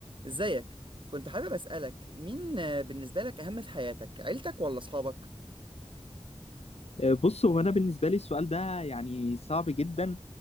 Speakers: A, on the right; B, on the left.
A: ازيك كنت حابب اسالك مين آه، بالنسبه لك اهم في حياتك عيلتك ولا اصحابك
B: آه، بص هو انا بالنسبه لي السؤال ده يعني صعب جدا